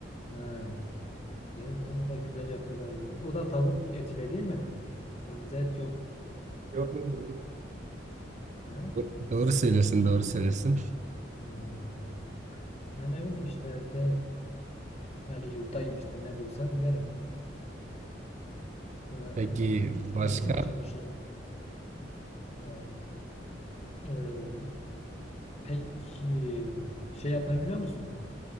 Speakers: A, on the left (about 35°); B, on the right (about 40°).
A: Ha, güzel ya, o da güzel yapıyorlar diyor. O da tavuk etiyle değil mi? Kırmızı et yok.
B: Yok mu?
A: Ha?
B: Do- Doğru söylüyorsun, doğru söylüyorsun.
A: Hmm. Yani öyle işte evde yani yurttayım işte ne bulsam yerim. ya da
B: Peki
A: öğrenme,
B: başka?
A: öğrenmeye çalışırım. Evet. Ee, peki şey yapmayı biliyor musun?